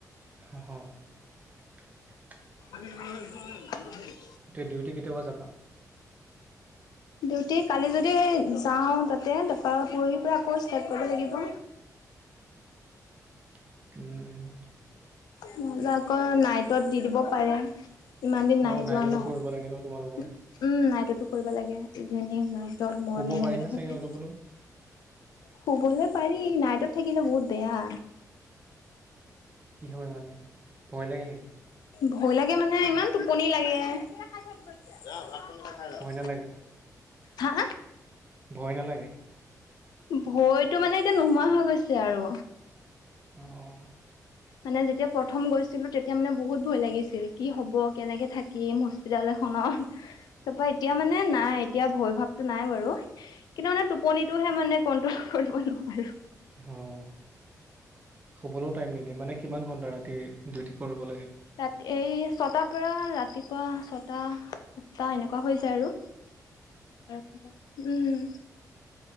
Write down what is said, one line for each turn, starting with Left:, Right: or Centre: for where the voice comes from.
Right: <unintelligible>
Left: <inaudible>
Right: তে ডিউটি কেতিয়াপা যাবা?
Left: ডিউটি কালি যদি যাওঁ তাতে, তাৰপা পৰহি পৰা আকৌ ষ্টাৰট কৰিব লাগিব।
Right: <inaudible> উম, উম।
Left: নহ'লে আকৌ নাইটত দি দিব পাৰে, ইমান দিন নাই
Right: অ নাইটতো
Left: যোৱা ন।
Right: কৰিব
Left: উম,
Right: লাগে ন তোমালোকৰ
Left: নাইটতো কৰিব লাগে। ইভিনিং, নাইটত,
Right: শুব
Left: মৰ্ণিং
Right: পাৰি
Left: এনেকে
Right: নে
Left: থাকে।
Right: চাগে অলপ হলেও
Left: শুবলৈ পাৰি নাইটত থাকিলে বহুত বেয়া।
Right: কি হয় মানে? ভয় লাগে নেকি
Left: ভয় লাগে মানে, ইমান টোপনি লাগে। <unintelligible>
Right: ভয় নালাগে
Left: হা?
Right: ভয় নালাগে?
Left: ভয়তো মানে এতিয়া নোহোৱা হৈ গৈছে আৰু।
Right: অ'।
Left: মানে যেতিয়া প্ৰথম গৈছিলো তেতিয়া মানে বহুত ভয় লাগিছিল কি হ'ব কেনেকে থাকিম হস্পিতাল ত তাৰ পৰা এতিয়া মানে নাই। এতিয়া ভয় ভাৱটো নাই বাৰু কিন্তু মানে টোপনিটোহে মানে কন্ট্ৰল কৰিব নোৱাৰো।
Right: অ', শুবলৈও টাইম নিদিয়ে মানে কিমান ঘন্টা ৰাতি ডউটি কৰিব লাগে।
Left: ৰাতি এই ছটাৰ পৰা ৰাতিপুৱা ছটা সাতটা এনেকুৱা হৈ যায় আৰু। বাৰটা উম।